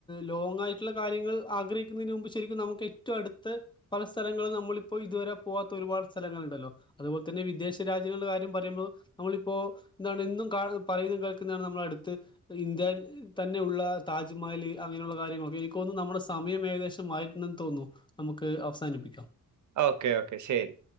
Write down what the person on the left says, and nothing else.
ലോങ്ങ് ആയിട്ട്ള്ള കാര്യങ്ങൾ ആഗ്ര ക്ക്ന്നെയിന് മുമ്പ് ശെരിക്കും നമ്മുക്ക് ഏറ്റവും അട്ത്ത് പല സ്ഥലങ്ങളും നമ്മളിപ്പോ ഇതുവരെ പോവാത്ത ഒരുപാട് സ്ഥലങ്ങൾ ഇണ്ടല്ലോ അതുപോലെ തന്നെ വിദേശ രാജ്യങ്ങളുടെ കാര്യം പറയുമ്പോൾ നമ്മളിപ്പോ ന്താണ് എന്നും കാണാ പറയ്ന്ന് കേൾക്ക്ന്നെയാണ് നമ്മളെ അട്ത്ത് ഇന്ത്യയിൽ തന്നെ ഉള്ള താജ്മഹൽ അങ്ങനെ ഉള്ള കാര്യങ്ങളൊക്കെ എനക്ക്തോന്നു നമ്മൾ സമയം മയം ഏകദേശം ആയിട്ടുണ്ടെന്ന് തോന്നുന്നു നമുക്ക് അവസാനിപ്പിക്കാം